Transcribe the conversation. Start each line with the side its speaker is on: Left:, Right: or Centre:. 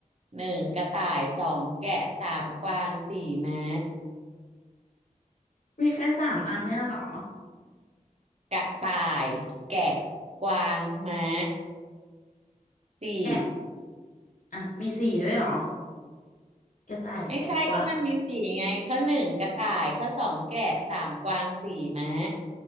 Right: หนึ่งกระต่ายสองแกะสามกวางสี่ม้า
Left: มีแค่สามอันเนี่ยเหรอ
Right: กระต่ายแกะกวางม้า สี่
Left: แกะอ่ะมีสี่ด้วยเหรอกระต่ายแกะกวาง
Right: ไม่ใช่ก็มันมีสี่ไงข้อหนึ่งกระต่ายข้อสองแกะสามกวางสี่ม้า